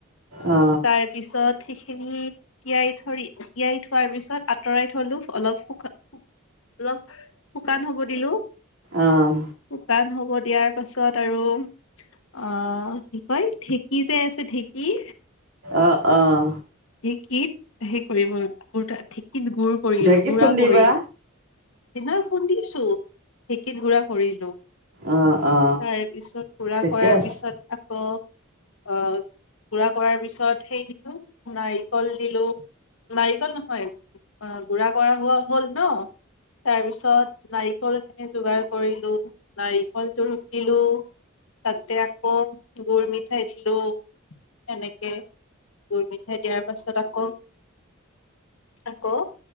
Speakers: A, on the right (about 70°); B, on the left (about 70°).
A: অ
B: তাৰ পিছত খিনি তিয়াই থৰি তিয়াই থোৱাৰ পিছত আঁতৰাই থলো অলপ শু অলপ শুকান হব দিলো।
A: অহ
B: শুকান হ'ব দিয়াৰ পাছত আৰু, আহ কি কয় ঢেঁকী যে আছে ঢেঁকী?
A: অঁ-অঁ
B: ঢেঁকীত সেই কৰিব কুৰ ঠিক কি গুড় কৰিলো
A: ঢেঁকীত
B: গু়া
A: খুন্দিবা
B: কৰি সেইদিনা খুন্দিছো ঢেঁকীত গুৰা কৰিলো।
A: অ অ
B: তাৰে পিছত পুৰা
A: ঠিকে
B: কৰাৰ
A: আছে
B: পিছত আকৌ আহ গু়া কৰাৰ পিছত সেই দিলো নাৰিকল দিলো নাৰিকল নহয়, আহ গুড়া কৰা হোৱা হ'ল ন? তাৰপিছত নাৰিকল খিনি যোগাৰ কৰিলো, নাৰিকলটো ৰুকিলো, তাতে আকৌ গুৰ মিঠাই দিলো সনেকে গুৰ মিঠাই দিয়াৰ পাছত আকৌ-আকৌ